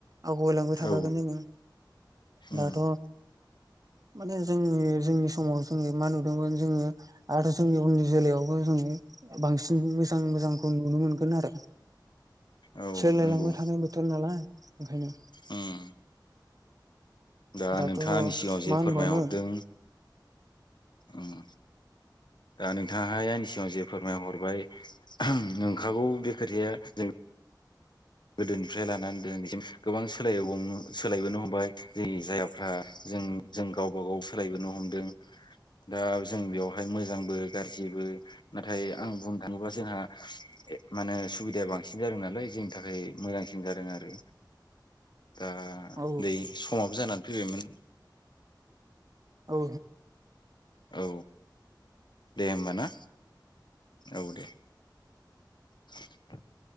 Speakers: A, on the right; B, on the left.
A: आवगायलांबाय थाखागोन
B: औ
A: जोङो,, दाथ',,
B: उम
A: माने जोंङो जोंनि समाव जोङो मा नुदोंमोन जोङो आरो जोंनि उननि जोलैयाव,, जोङो बांसिन मोजां- मोजांखौ नुनो मोनगोन आरो,,
B: औ
A: सोलायलांबाय
B: नंगौ
A: थानाय बोथोर नालाय ओंखायनो,,
B: उम दा
A: दाथ'
B: नोंथाङा आंनि सिगाङाव जे
A: मा होन
B: फोरमायहरदों
A: बावनो,,
B: उम दा नोंथाङाहाय आंनि सिगाङाव जे फोरमायहरबाय नंखागौ बे खोथाया जों,, गोदोनिफ्राय लानानै दोनैसिम गोबां सोलायबाव नङा होमबा जों जायगाफ्रा,, जों जों गावबा- गाव सोलायबोनो हमदों। दा जों बेवहाय मोजांबो गाज्रिबो नाथाय आं बुंनो थाङोबा जोंहा माने सुबिदाया बांसिन जादों नालाय जोंनि थाखाय ओफ्राय मोजांसिन जादों आरो दा
A: औ
B: बै समाबो जानानै फैबायमोन
A: औ।
B: औ दे होमबा ना, औ दे। <unintelligible>